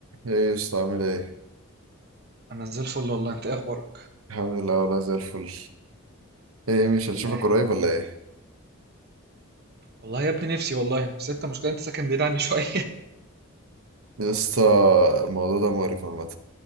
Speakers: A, on the right; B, on the right.
A: ايه يا اسطى عامل ايه؟
B: انا زي الفل والله انت إيه اخبارك
A: الحمد لله والله زي الفل ايه
B: الحمد
A: مش
B: لله
A: هنشوفك قريب ولا ايه؟
B: والله يا ابني نفسي والله بس انت مشكلة انت ساكن بعيد عني شوية
A: يا اسطى الموضوع ده مقرف عامة